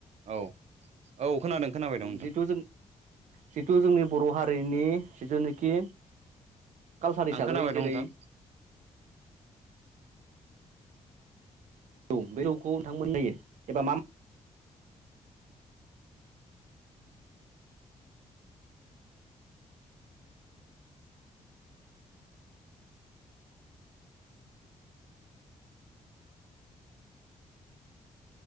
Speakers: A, on the right (about 60°); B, on the right (about 75°).
A: औ औ खोनादों खोनाबाय दं नोंथां
B: जितु जों जितु जोङो बर' हा रिनि जिथु निखि कालसार हिसाबै
A: आं खोनाबाय दं
B: जेरै
A: नोंथां
B: औ बे रौखौ नोंथांमोन <unintelligible> एबा मा मा